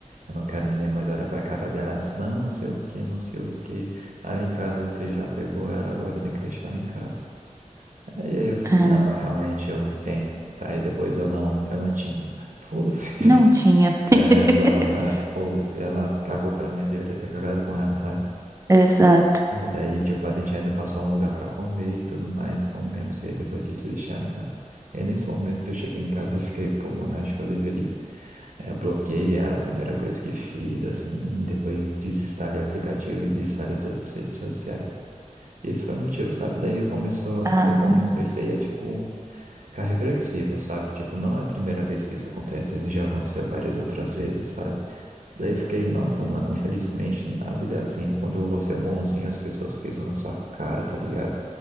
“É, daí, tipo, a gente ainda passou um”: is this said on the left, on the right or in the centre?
Right